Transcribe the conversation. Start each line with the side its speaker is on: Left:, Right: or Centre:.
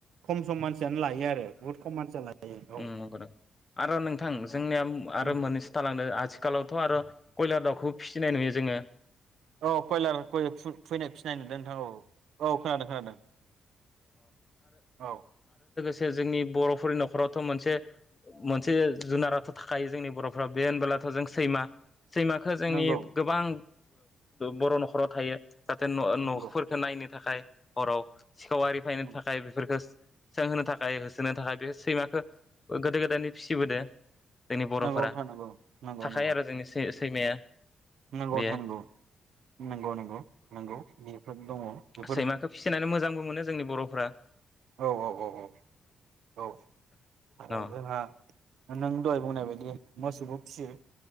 Right: खम सम मानसि लायो आरो बुहुत खम मानसिया लायो। औ
Left: ओ नंगौ नंगौआरो नोंथां जोंनिया आरो
Right: उम
Left: मोननैसो थालांदों आथिखालावथ' आरो कयलार दाउखौ फिसिनाय नुयो जोङो।
Right: औ कयलारय फैनो फिनाय नुदों नोंथां औ औ खोनादों खोनादों औ।
Left: से जोंनि बर'फोरनि न'खरावथ' मोनसे मोनसे जुनाराथ' थाखायो जोंनि बर'फोरा बे होनबोलाथ' जों सैमा सैमाखो जोंनि
Right: नंगौ
Left: गोबां बर' न'खराव थायो जाहाथे न'
Right: नंगौ
Left: न'फोरखौ नायनो नि थाखाय हराव सिखाव आरि फायनो
Right: उम
Left: थाखाय बेफोरफोरखो सों होनो थाखाय होसोनो थाखाय बे सैमाखो गोदो गोदायनो फिसिबोदों जोंनि बर'फोरा
Right: नंगौ नोंथां नंगौ नंगौ
Left: थाखायो
Right: नंगौ
Left: आरो जोंनि सैमाया
Right: नंगौ
Left: बेयो
Right: नोंथां नंगौ नंगौ नंगौ नंगौ दङ बेफोर
Left: सैमाखो फिसिनानै मोजांबो मोनो जोंनि बर'फ्रा
Right: औ औ औ औ औ आरो
Left: न
Right: जोंहा नों दहाय बुंनाय बायदि मोसौखौ फिसियो